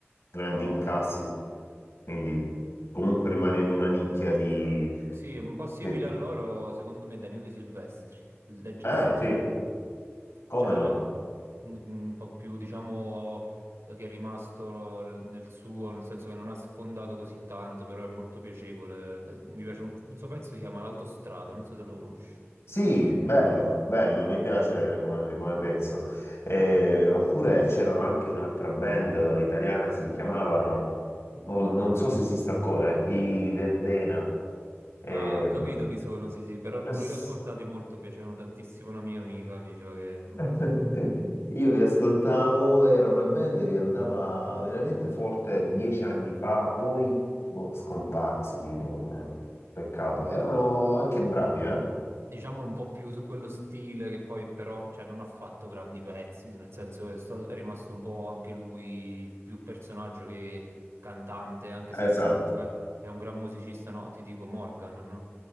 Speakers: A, on the left; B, on the right.
A: grandi
B: No,
A: incassi,
B: vabbè.
A: quindi comunque rimane in una nicchia di...
B: Sì, è un po' simile
A: Eh,
B: a loro, secondo me, Daniele Silvestri, leggermente.
A: eh, sì, come
B: Cioè,
A: no?
B: un un po' più, diciamo, che è rimasto nel, nel suo, nel senso che non ha sfondato così tanto, però è molto piacevole. Eh, Mi piace un, un suo pezzo, si chiama L'autostrada, non so se lo conosci.
A: Sì, bello, bello, mi piace come, come pezzo. Eh, oppure c'erano anche un'altra band italiana, si chiamavano, o non so se esiste ancora, eh, i Verdena. Ehm,
B: Ah, ho capito chi sono, sì, sì, però non
A: s-
B: li ho ascoltati molto, mi piacevano tantissimo. Una mia amica mi diceva che
A: <laughs> Io li ascoltavo, era una band che andava veramente forte dieci anni fa, poi boh, scomparsi, tipo, eh, peccato. Erano anche bravi, eh?
B: Diciamo un po' più su quello stile che poi però cioè, non ha fatto grandi pezzi, nel senso che è stato- è rimasto un po' anche lui più personaggio che cantante, anche se
A: Esatto,
B: comunque è un gran musicista, no? Ti dico Morgan, no?